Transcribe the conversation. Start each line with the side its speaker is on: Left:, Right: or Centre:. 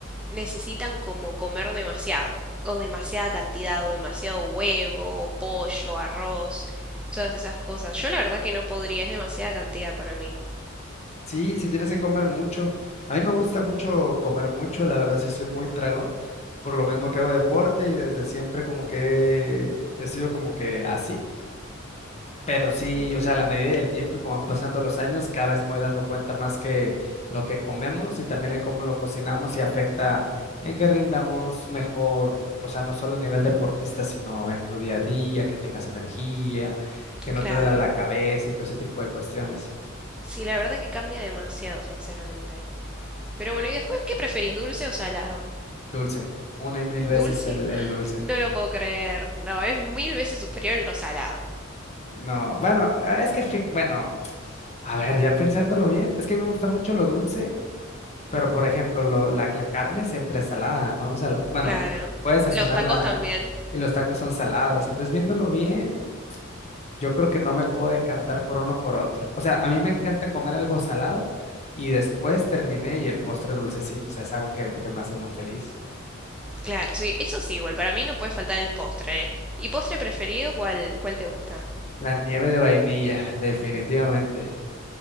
Centre: necesitan como comer demasiado. O demasiada cantidad, o demasiado huevo, pollo, arroz, todas esas cosas. Yo la verdad que no podría, es demasiada cantidad para mí.
Left: Sí, sí tienes que comer mucho. A mí me gusta mucho comer mucho, la verdad sí soy muy tragón, por lo mismo que hago deporte y desde siempre como que he sido como que así. Pero sí,
Centre: Ujú.
Left: o sea, a la medida del tiempo y como van pasando los años, cada vez me voy dando cuenta más que lo que comemos y también el cómo lo cocinamos y afecta en que rindamos mejor, o sea, no solo a nivel deportista, sino en tu día a día, que tengas energía, que no
Centre: Claro.
Left: te duela la cabeza y todo ese tipo de cuestiones.
Centre: Sí, la verdad que cambia demasiado, sinceramente. Pero bueno, ¿y después qué preferís, dulce o salado?
Left: Dulce, una y mil veces
Centre: ¿Dulce?
Left: el, el dulce.
Centre: No lo puedo creer. No, es mil veces superior lo salado.
Left: No, bueno, ah, es que, fi- bueno, <tsk> a ver, ya pensándolo bien, es que me gusta mucho lo dulce Pero, por ejemplo, lo- la, la carne siempre es salada, ¿no? Sala- bueno,
Centre: Claro.
Left: puedes sazonarla
Centre: Los tacos también.
Left: y los tacos son salados. Entonces, viéndolo bien, yo creo que no me puedo decantar por uno por otro. O sea, a mí me encanta comer algo salado y después terminé y el postre dulcecito, o sea, es algo que, que me hace muy feliz.
Centre: Claro, sí, eso sí, igual. Para mí no puede faltar el postre, ¿eh? ¿Y postre preferido cuál, cuál te gusta?
Left: La nieve de vainilla, <laughs> definitivamente.